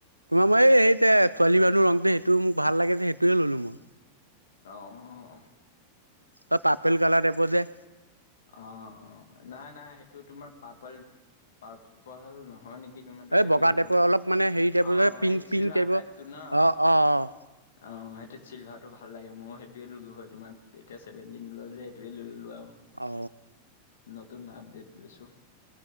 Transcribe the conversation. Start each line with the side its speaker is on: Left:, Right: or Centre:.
Right: তোমাৰ মই এই সেই ছোৱালী মানুহ ৰংটো সেইটো মোক ভাল লাগে যে সেইটোৱে ললো মই।
Left: অ
Right: ত পাপেল কালাৰ এপ দে
Left: অ অ নাই নাই সেইটো তোমাৰ পাৰল প উপাল নহয় নেকি? তোমাৰতো
Right: এই
Left: হেৰি
Right: বগা
Left: হ'ব
Right: টাইপৰ অলপ মানে হেৰি টাইপৰ
Left: অ',
Right: পিংক
Left: এই চিলভাৰ
Right: পিংক টাইপৰ
Left: টাইপটো ন?
Right: অঁ অঁ।
Left: অ সেইটো চিলভাটো ভাল লাগে মই সেইটোৱে ললো হয় তোমাৰ এতিয়া চছেভেনটিন ওল যেইটোয়ে ললো আৰু।
Right: অ।
Left: নতুন আপদেট লৈছো।